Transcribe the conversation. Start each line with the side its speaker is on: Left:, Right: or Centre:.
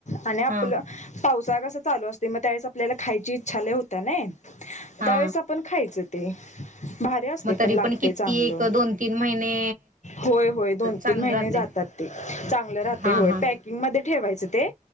Left: आणि आपलं
Right: हा
Left: पावसाळा कसं चालू असतोय म त्यावेळेस आपल्याला खायची इच्छा लई होत्या नइ
Right: हा
Left: त्यावेळेस आप पण खायच ते भारी असतंय
Right: मग तरी
Left: पण लागतंय
Right: किती
Left: चांगलं.
Right: एक दोन तीन महिने
Left: होय होय दोनतीन
Right: चांगलं
Left: महिने
Right: राहते
Left: जातातते चांगलं राहतय
Right: हा
Left: होय
Right: हा
Left: पॅक ईंग मध्ये ठेवायचं ते